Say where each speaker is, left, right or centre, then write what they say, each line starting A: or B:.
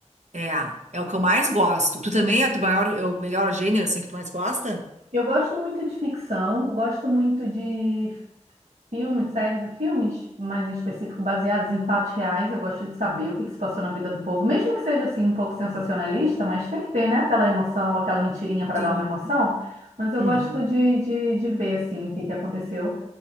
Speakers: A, on the right; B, on the right.
A: É, é o que eu mais gosto. Tu também é o teu maior, é o melhor gênero assim que tu mais gosta?
B: Eu gosto muito de ficção, gosto muito de Filmes, séries, filmes mais em específico baseados em fatos reais. Eu gosto de saber o que que se passou na vida do povo, mesmo que seja assim um pouco sensacionalista, mas tem que ter, né, aquela emoção, aquela mentirinha para
A: Sim.
B: dar uma emoção. Mas eu
A: Uhum.
B: gosto de, de, de ver assim o que que aconteceu